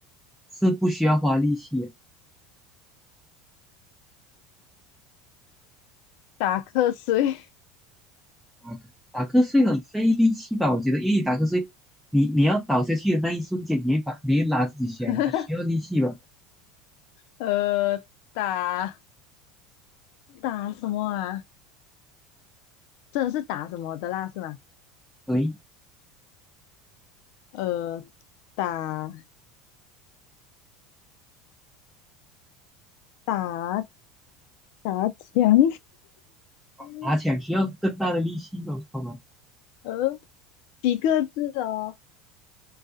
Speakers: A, in the centre; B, on the left (about 65°).
A: 是不需要花力气的，
B: 打瞌睡，
A: 打打瞌睡很费力气吧？我觉得，因为你打瞌睡，你你要倒下去的那一瞬间，你会把你会拉自己起来，
B: <laughs>
A: 还需要力气吧？
B: 呃，打打什么啊？真的是打什么的啦，是吗？
A: 对，以
B: 呃，打打打墙，<laughs>
A: 爬起来需要更大的力气哦，好吗？
B: 呃，几个字哦？